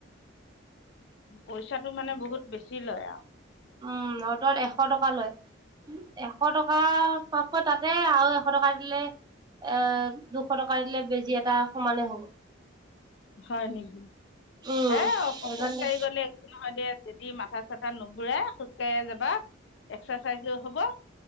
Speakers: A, on the left; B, on the right.
A: পইচাটো মানে বহুত বেছি লয় আও।
B: উম' অ'তত এশ টকা লয়। এশ টকা পককৈ তাতে আৰু এশ টকা দিলে এ দুশ টকা দিলে বেজি এটা সমানে হ'ব।
A: হয় নেকি,
B: উম
A: হে অ
B: সেইকাৰণে
A: খোজ কাঢ়ি গলে নহয় দে যদি মাথা চাথা নুঘূৰাই, খোজকঢ়িয়ে যাবা। এক্সাৰচাইজ হ'ব-